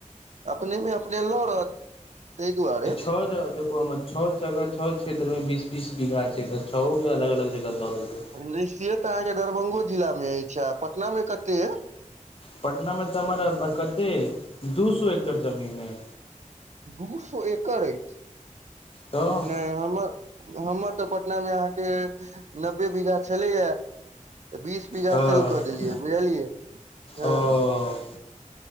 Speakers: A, on the right; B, on the left.
A: अपने में अपने लड़त <inaudible> तै दुआरे।
B: <unintelligible> ओ हमर छ जगह छ क्षेत्र में बींस बींस बीघा छै तऽ छंओ कऽ अलग- अलग जगह दऽ दबै
A: नै से तऽ अहाँ केँ दरभंगो जिला में ऐछ आ पटना में कतै ये
B: पटना में तऽ हमर <unintelligible> हे दू सौ एकड़ जमीन है
A: दू सौ एकड़ ऐछ
B: तऽ
A: नै हमर हमर तऽ पटना मेँ अहाँ केँ नब्बे बीघा छलै यै बीस बीघा
B: तऽ
A: सेल कऽ देलियै बुझलियै <inaudible> हऽ
B: ओ